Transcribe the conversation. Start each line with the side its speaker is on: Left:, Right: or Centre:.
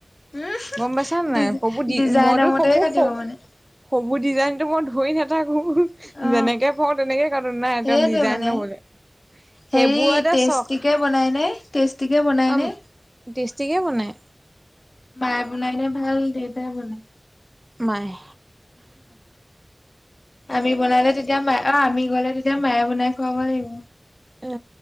Left: উম
Right: গম পাইছা
Left: ডি
Right: নাই <unintelligible> <unintelligible>
Left: ডিজাইনৰ মতে কাটিব মানে
Right: ডিজাইনতটো মই ধৰি নাথাকো।
Left: অ
Right: যেনেকে পাৰো তেনেকে কাটো নাই
Left: সেইটোৱে
Right: তেওঁ ডিজাইন
Left: মানে
Right: লবলে। সেইবোৰতে
Left: হেৰি টেষ্টিকে
Right: চখ
Left: বনাইনে টেষ্টিকে বনাইনে?
Right: অ টেষ্টিকে বনাই।
Left: মায়ে বনাইনে ভাল দেউতাই বনাই?
Right: মায়ে।
Left: আমি বনালে তেতিয়া মায়ে অ আমি গলে তেতিয়া মায়ে বনাই খুৱাব লাগিব।
Right: উ'